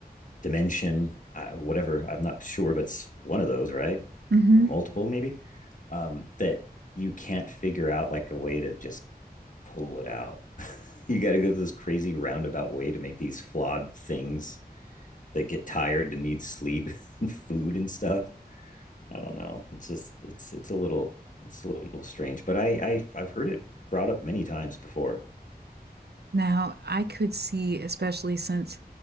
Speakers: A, on the left; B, on the right.
A: dimension, uh, whatever. I'm not sure, but it's one of those, right?
B: hmm
A: Or multiple, maybe. Um, that you can't figure out like a way to just pull it out. <laughs> You got to go through this crazy roundabout way to make these flawed things that get tired and need sleep <laughs> and food and stuff. I don't know. It's just it's it's a little it's a little strange, but I, I I've heard it brought up many times before.
B: Now, I could see, especially since,